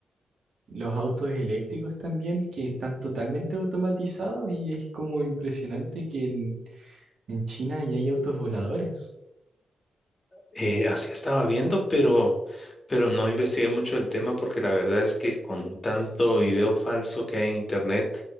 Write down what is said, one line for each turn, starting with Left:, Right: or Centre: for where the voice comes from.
Right: los autos eléctricos también, que están totalmente automatizados y es como impresionante que en, en China ya hay autos voladores.
Left: eh, así estaba viendo, pero, pero no investigué mucho el tema porque la verdad es que con tanto video falso que hay en internet,